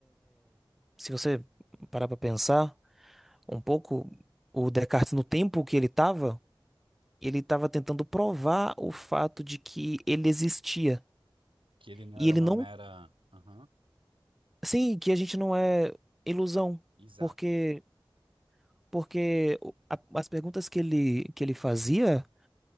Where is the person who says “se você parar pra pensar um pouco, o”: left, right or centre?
Centre